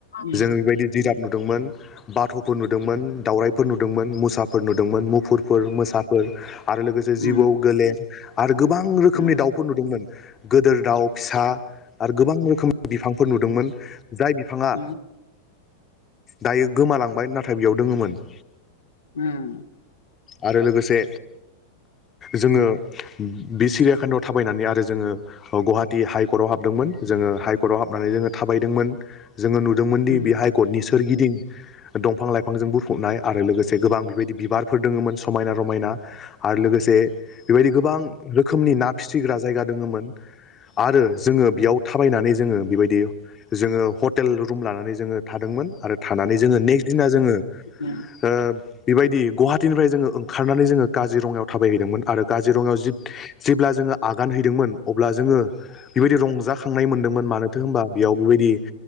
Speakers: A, on the left; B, on the left.
A: उम
B: बेबायदि जिराफ नुदोंमोन बाथ'फोर नुदोंमोन दावराइफोर नुदोंमोन मोसाफोर नुदों। दोंमोन मुफुरफोर मोसा फोर आरो लोगोसे
A: उम
B: जिबौ गोलेर आरो गोबां रोखोमनि
A: उम
B: दाउफोर नुदोंमोन। गोदेर दाउ फिसा आरो गोबां रोखोमनि बिफांफोर नुदोंमोन। जाय बिफाङा
A: <unintelligible>
B: दायो गोमालांबाय नाथाय बेयाव दोङोमोन
A: ओम
B: आरो लोगोसे जोङो बि सिरियाखानायाव थाबायनानै आरो जोङो गुवाहाटी हाइकर्टआव हाबदोंमोन जोङो हाइकर्टआव हाबनानै जोङो थाबायदोंमोन जोङो नुदों मोनदि
A: उम
B: बे हाइकर्टनि सोरगिदिं दंफां लाइफांजों बुंफबनाय आरो लोगोसे गोबां बेबायदि बिबारफोर दङमोन समायना रमायना आरो लोगोसे बेबायदि गोबां रोखोमनि ना फिसिग्रा जायगा दङोमोन आरो जोङो बेयाव थाबायनानै जोङो बेबायदि जोङो हटेल रुम लानानै जोङो थादोंमोन आरो थानानै जोङो नेक्स्ट दिना जोङो ओ
A: उम
B: बेबायदि गुवाहाटटिनिफ्राय जोङो ओंखारनानै जोङो काजिरङायाव थाबायहैदोंमोन आरो काजिरङायाव <unintelligible> जेब्ला जोङो आगान हैदोंमोन अब्ला जोङो बेबायदि रंजाखांनाय मोनदोंमोन मानोथो होनबा बेयाव बेबायदि